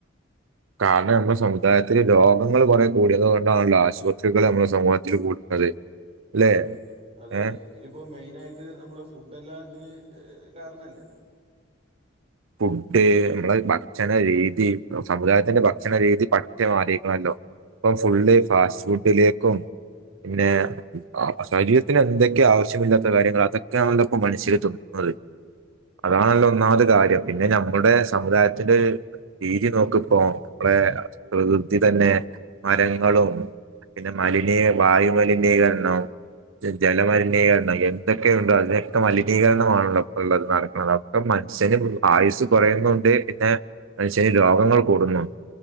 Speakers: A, on the right; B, on the right.
A: കാരണം നമ്മുടെ സമുദായത്തില് രോഗങ്ങൾ കുറെ കൂടിയത് കൊണ്ടാണല്ലൊ ആശുപത്രികള് നമ്മുടെ സമൂഹത്തില് കൂടുന്നത് അല്ലെ
B: ആഹ് അതെ അതെ
A: ഏഹ്
B: അതെ ഇതിലിപ്പോ മെയിന് ആയിട്ട് നമ്മളെ ഫുഡ് എല്ലാം ഇതിന് കാരണല്ലേ
A: ഫുഡ് നമ്മളെ ഭക്ഷണ രീതി സമുദായത്തിന്റെ ഭക്ഷണരീതി പറ്റെ മാറീക്കണല്ലോ ഇപ്പൊ ഫുള്ള് ഫാസ്റ്റ് ഫുഡിലേക്കും പിന്നെ ശരീരത്തിന് എന്തൊക്കെ ആവശ്യമില്ലാത്ത കാര്യങ്ങള് അതൊക്കെയാണല്ലോ ഇപ്പൊ മനുഷ്യര് തിന്നുന്നത് അതാണല്ലൊ ഒന്നാമത് കാര്യം പിന്നെ ഞമ്മുടെ സമുദായത്തില് രീതി നോക്ക് ഇപ്പോ നമ്മുടെ പ്രകൃതി തന്നെ മരങ്ങളും പിന്നെ മലിനീ വായു മലിനീകരണം ജല മലിനീകരണം എന്തൊക്കെ ഉണ്ടോ അതിനൊക്കെ മലിനീകരണമാണല്ലോ ഇപ്പൊ ഉള്ളത് നടക്കുന്നത അപ്പൊ മനുഷ്യന് ആയുസ് കുറയുന്നുണ്ട് പിന്നെ മനുഷ്യന്
B: അതെ
A: രോഗങ്ങൾ കൂടുന്നു